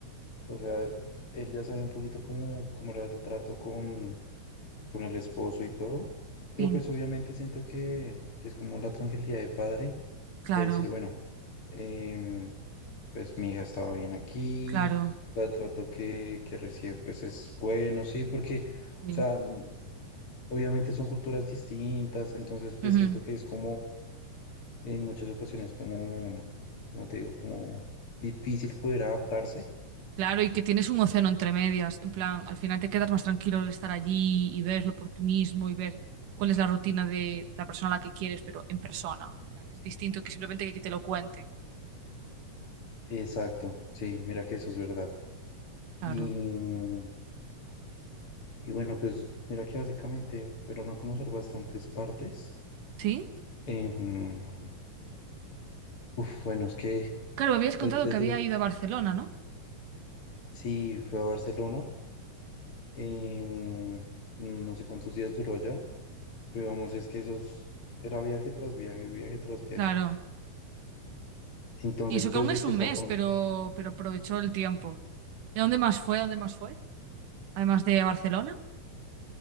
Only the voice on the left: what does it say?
o sea, él ya sabía un poquito cómo, cómo era el trato con, con el esposo y todo, pero
pues obviamente siento que, que es como la tranquilidad de padre
de decir, bueno, em, pues mi hija estaba bien aquí,
o sea, el trato que, que recibe pues es bueno, sí, porque, o
sea, mm, obviamente son culturas distintas, entonces pues
siento que es como en muchas ocasiones como, como te digo, como difícil poder adaptarse.
Exacto, sí, mira que eso es verdad.
Y, mm, Y bueno, pues mira que básicamente fueron a conocer bastantes partes.
Em, uf, bueno, es que
de-
de-
de-
sí, fue a Barcelona. em, no sé cuántos días duró allá, pero vamos, es que esos era viaje tras viaje, viaje tras viaje.
Entonces,
pues
de
cierta
forma,